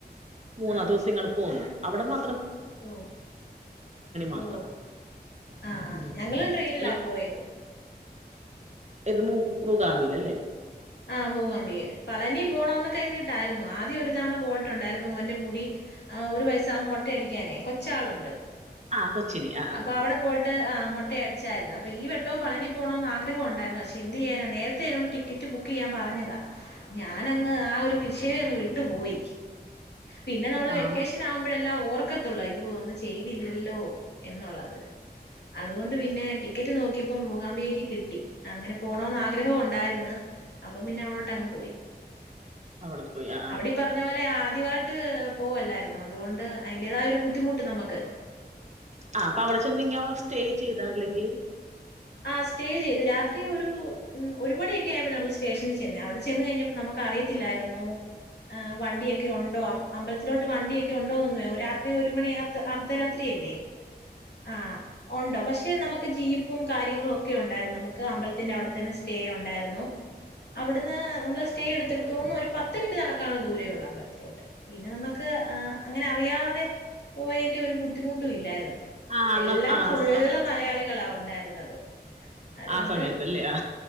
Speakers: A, on the right; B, on the left.
A: മൂന്നാത്തെ
B: ആഹ്
A: ദിവസം ഇങ്ങട് പോന്നു അവിടെ മ
B: ഓ
A: മാത്രം
B: ഓ ആ
A: ഉം
B: ഞങ്ങളും ട്രെയിനിലാ
A: ആ,
B: പോയത്
A: ഇത് മൂ മൂകാംബികല്ലേ
B: ആ മൂകാംമ്പികയില് പളനി പോണംന്ന്‌ കരുതിയിട്ടായിരുന്നു ആദ്യം ഒരു തവണ പോ ട്ടുണ്ടായിരുന്നു മോന്റെ മുടി ആ ഒരു വയസാകുമ്പോ മൊ മൊട്ടയടിക്കാനെ കൊച്ചാളുണ്ട്
A: ആ കൊച്ചിന് ആ ആ
B: അപ്പ അവടെ പോയിട്ട് ആ മൊ മൊട്ട അടിച്ചാരുന്നു അപ്പോ ഈ വട്ടവും പളനി പോണമെന്ന് ആഗ്രഹവൊണ്ടാരുന്നു പക്ഷെ എന്ത് ചെയ്യാനാ നേരത്തെ ആയതോണ്ട് ടിക്കറ്റ് ബുക്ക് ക്ക്‌ ചെയ്യാൻ പറഞ്ഞതാ ഞാനങ്ങ് ആ ഒരു വിഷയേ അങ്ങ് വിട്ടു പോയി പിന്നെ നമ്മള്
A: ആ ആ
B: വെക്കേഷനാകുമ്പഴല്ലാ ഓ ഓർക്കത്തൊള്ളൂ അയ്യോ ഒന്നും ചെയ്തില്ലല്ലോ എന്നൊള്ളത് അതുകൊണ്ട് പിന്നെ ടിക്കറ്റ് നോക്കിയപ്പോ മൂകാംബികയ്ക്ക് കിട്ടി അങ്ങനെ പോണന്ന് ആഗ്രഹം ഒണ്ടാരുന്ന്‌ അപ്പൊ പിന്നെ അവടങ്ങോട്ട് പോയി
A: അവിടെ പോയി ആ ആ
B: അവിടീ പറഞ്ഞപോലെ ആദ്യ- ട്ട് പോകുവല്ലായിരുന്നോ അതുകൊണ്ട്അതിൻറെ തായഒരു ബുദ്ധിമുട്ട് നമുക്ക്-
A: ആ അവിടെ ചെന്ന് നിങ്ങാ സ്റ്റേ ചെയ്താ അല്ലെങ്കി-
B: ആ സ്റ്റേ ചെയ്തു രാത്രി ഒരു ഒര് മണി ആയപ്പോ സ്റ്റേഷനിൽ ചെന്ന്ആ അവിടെ ചെന്ന് കഴിഞ്ഞപ്പോൾ നമുക്ക് അറിയത്തില്ലായിരുന്നു വണ്ടിയൊക്കെ ഉണ്ടോ അമ്പലത്തിലോട്ട് വണ്ടിയൊക്കെ ഉണ്ടോ ന്നേരാത്രി ഒരു മണിആയ അർദ്ധരാത്രിയല്ലേ ആ ഉണ്ടോ പക്ഷേ- പിന്നെ നമുക്ക് ജീപ്പും കാര്യങ്ങളൊക്കെ ഉണ്ടായിരുന്നു നമുക്ക് അമ്പലത്തിന്റെ അവിടത്തന്നെ സ്റ്റേ ഉണ്ടായിരുന്നു അവിടുന്ന് നമ്മൾ സ്റ്റേ എടുത്തൊന്നും ഒരു പത്ത് മിനിറ്റ് നടക്കാവുന്ന ദൂരമേ ഉള്ള അമ്പലത്തിലോട്ട് പിന്നെ നമ്മക്ക് ആ അങ്ങനെഅറിയാതെ പോയേന്റെ ഒരു ബുദ്ധിമു- ഹൂം ഇല്ലായിരുന്നു
A: ആ
B: എല്ലാം
A: ന ആ
B: ഫുള്ള്
A: നമുക്ക്
B: മലയാളികളാ ഉണ്ടായിരുന്നേ ത് - അതുകൊണ്ട്
A: ആ സമയത്തല്ലേ ആ